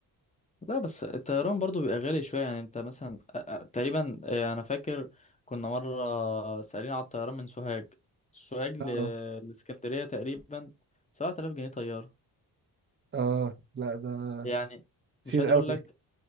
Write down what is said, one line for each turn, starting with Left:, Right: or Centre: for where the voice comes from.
Left: لا بس الطيران برضو بيبقى غالي شوية يعني انت مثلا آه، آه، تقريبا آه، انا فاكر كنا مرة سألين على الطيران من سوهاج سوهاج ل-
Right: اه
Left: لاسكندرية تقريبا 7000 جنيه طيارة
Right: <laughs> اه لا ده
Left: يعني
Right: كتير
Left: مش عايز
Right: قوي
Left: اقول لك